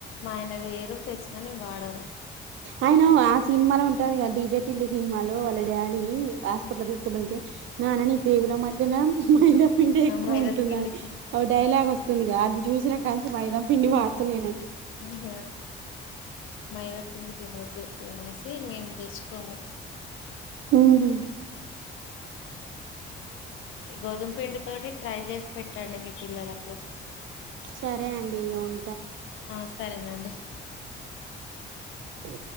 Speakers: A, on the left; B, on the right.
A: మా ఆయన వేయరు తెచ్చినా నేను వాడాను
B: ఆయన ఆ సినిమాలో ఉంటారు కదా డీజే టి ల్లు సినిమాలో వాళ్ళ డాడీని హాస్పిటల్ తీసుకువెళ్తే నాన్నని ఈ పేగుల మధ్యలో మైదా పిండే ఎక్కువ
A: మైదా
B: ఉంటుందని
A: పిండికి
B: ఒక డైలాగ్ వస్తుంది వస్తుందిగా అది చూసినా కాంచి మైదాం పిండి వాడ్తలేనండి
A: ఇహ మైదా తిండి తినొద్దు ఎక్కువ అనేసి మేము తెచ్చుకోము
B: ఉహూమ్
A: గోధుమ పండి తోటి ట్రై చేసి పెట్టండి మీ పిల్లలకు
B: సరే అండి ఇగ ఉం
A: ఆ సరేనండి
B: అ